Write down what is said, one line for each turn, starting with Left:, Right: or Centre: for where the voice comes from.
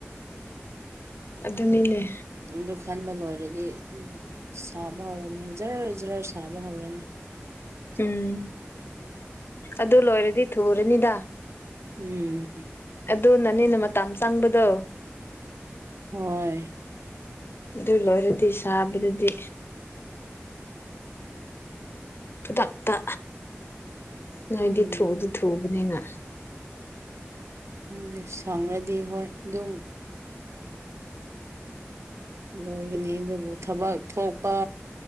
Left: ꯑꯗꯨꯅꯤꯅꯦ
Right: ꯑꯗꯨ ꯈꯟꯕ ꯂꯣꯏꯔꯗꯤ ꯁꯥꯕ ꯍꯧꯔꯅꯤ ꯖꯔ ꯖꯔ ꯁꯥꯕ ꯍꯧꯔꯅꯤ
Left: ꯎꯝ ꯑꯗꯨ ꯂꯣꯏꯔꯗꯤ ꯊꯨꯔꯅꯤꯗꯥ
Right: ꯎꯝ
Left: ꯑꯗꯨꯅꯅꯤꯅ ꯃꯇꯝ ꯆꯪꯕꯗꯣ
Right: ꯍꯣꯏ
Left: ꯑꯗꯨ ꯂꯣꯏꯔꯗꯤ ꯁꯥꯕꯗꯨꯗꯤ ꯈꯨꯗꯛꯇ ꯅꯣꯏꯗꯤ
Right: ꯎꯝ
Left: ꯊꯨꯗꯤ ꯊꯨꯕꯅꯤꯅ
Right: ꯈꯪꯗꯦ ꯁꯪꯉꯔꯗꯤ ꯍꯣꯏ ꯑꯗꯨꯝ ꯂꯣꯏꯒꯅꯤ ꯑꯗꯨꯕꯨ ꯊꯕꯛ ꯊꯣꯛꯄ